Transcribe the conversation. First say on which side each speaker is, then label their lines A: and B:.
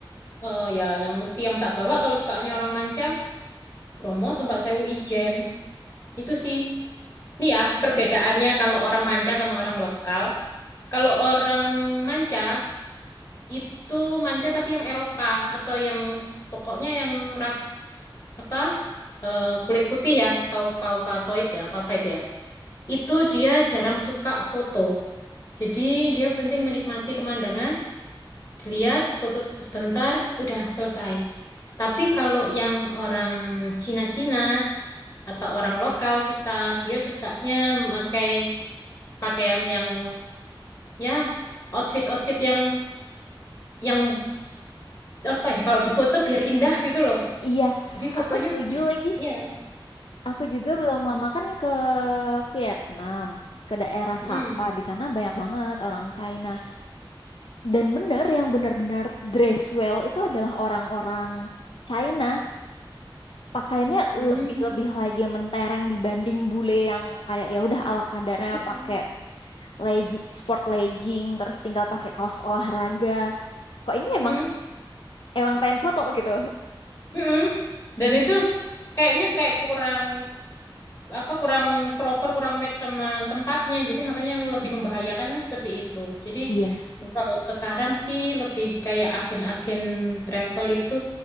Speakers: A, on the left; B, on the left.
A: eh, ya yang mesti yang tak bawa kalau sukaannya orang manca, Bromo, Tumpak Sewu, Ijen. Itu sih. Nih ya, perbedaannya kalau orang manca sama orang lokal. Kalau orang manca itu manca tapi yang Eropa atau yang pokoknya yang ras apa? eh, kulit putih ya, kau kaukasoid ya, apa-apa itu ya. Itu dia jarang suka foto. Jadi dia penting menikmati pemandangan dilihat foto sebentar udah selesai tapi kalau yang orang Cina-Cina atau orang lokal kita dia sukanya pakai pakaian yang ya outfit outfit yang yang apa ya kalau di foto biar indah gitu loh
B: Iya,
A: jadi fotonya
B: aku setuju
A: banyak
B: lagi.
A: ya <laughs>
B: Aku juga belum lama kan ke Vietnam, ke daerah
A: Mm.
B: Sapa. Di sana banyak banget orang China. Dan bener yang benar-benar dress well itu adalah orang-orang China. Pakaiannya
A: Mm.
B: lebih-lebih lagi mentereng dibanding bule yang kayak ya udah ala kadarnya
A: Mm.
B: pakai legging, sport legging, terus tinggal pakai kaos olahraga. Kok ini
A: Mm.
B: emang emang pengen foto gitu.
A: Mm. <laughs> Dan itu kayaknya kayak kurang apa kurang proper, kurang match sama tempatnya. Jadi makanya yang lebih
B: Mm-mm.
A: membahayakan kan seperti itu. Jadi
B: Iya,
A: mungkin kalau sekarang sih lebih kayak agen-agen travel itu